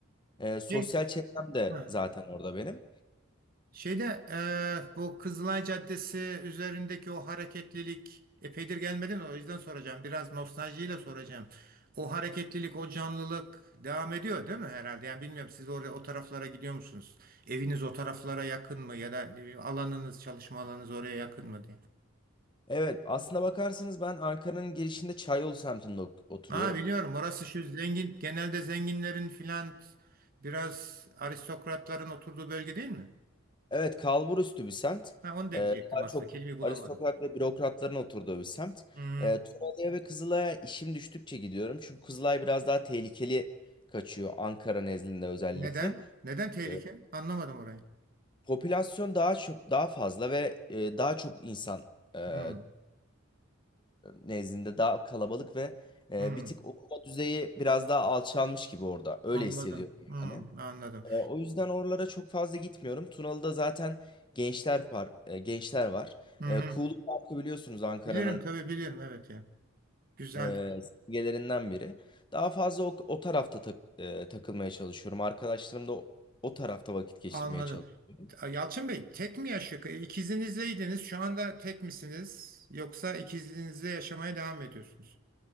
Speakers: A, on the left; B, on the right.
A: E, sosyal
B: Şey,
A: çevrem de
B: ha,
A: zaten orada benim.
B: Şeyde eee, bu Kızılay Caddesi üzerindeki o hareketlilik epeydir gelmedim o yüzden soracağım. Biraz nostaljiyle soracağım. O hareketlilik, o canlılık devam ediyor değil mi herhalde? Yani bilmiyorum siz oraya o taraflara gidiyor musunuz? Eviniz o taraflara yakın mı ya da ne bileyim, alanınız, çalışma alanınız oraya yakın mı diye.
A: Evet, aslında bakarsanız ben Ankara'nın girişinde Çayolu semtinde ok- oturuyorum.
B: Ha biliyorum orası şu zengin, genelde zenginlerin filan biraz aristokratların oturduğu bölge değil mi?
A: Evet, kalburüstü bir semt.
B: Ha onu da
A: Ee,
B: diyecektim
A: daha
B: aslında.
A: çok
B: Kelimeyi bulamadım.
A: aristokrat ve bürokratların oturduğu bir semt.
B: Hı.
A: Ee, Tunalı'ya ve Kızılay'a işim düştükçe gidiyorum. Çünkü Kızılay biraz daha tehlikeli kaçıyor Ankara nezdinde özellikle.
B: Neden? Neden tehlike?
A: Ee,
B: Anlamadım orayı.
A: popülasyon daha çok daha fazla ve e, daha çok insan e, e,
B: Hmm,
A: nezdinde daha kalabalık ve e,
B: hmm,
A: bir tık okuma düzeyi biraz daha alçalmış gibi orada. Öyle
B: anladım.
A: hissediyorum
B: Hmm,
A: yani.
B: anladım.
A: E, o yüzden oralara çok fazla gitmiyorum. Tunalı'da zaten gençler par e, gençler var.
B: Hı hı.
A: E, Kuğulu Parkı biliyorsunuz Ankara'nın
B: Bilirim tabii bilirim. Evet ya. Güzeldi.
A: e, simgelerinden biri. Daha fazla o, o tarafta tak- e, takılmaya çalışıyorum. Arkadaşlarım da o, o tarafta vakit geçirmeye
B: Anladım.
A: çalışıyorum.
B: Ya Yalçın Bey tek mi yaşıyor? İkizinizleydiniz. Şu anda tek misiniz? Yoksa ikizinizle yaşamaya devam mı ediyorsunuz?